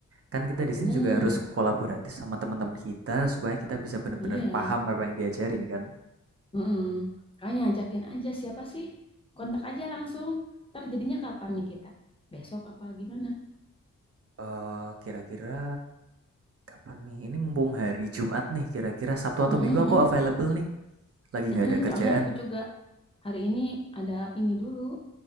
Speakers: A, on the right (about 50°); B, on the left (about 20°).
A: kan kita di
B: bener
A: sini juga harus kolaboratif sama teman-teman kita supaya kita bisa benar-benar
B: iya
A: paham apa yang diajarin kan
B: Mm-mm. makanya ajakin aja siapa sih kontak aja langsung ntar jadinya kapan nih kita besok apa gimana
A: Eh, kira-kira kapan nih ini mumpung hari Jumat nih kira-kira Sabtu atau
B: Mm-mm,
A: Minggu
B: mm-mm.
A: aku available nih lagi
B: Mm-mm,
A: nggak ada kerjaan
B: soalnya aku juga hari ini ada ini dulu